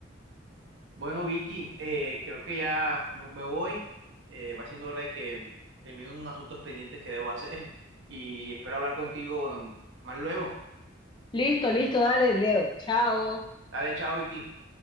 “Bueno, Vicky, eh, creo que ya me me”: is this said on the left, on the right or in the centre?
Right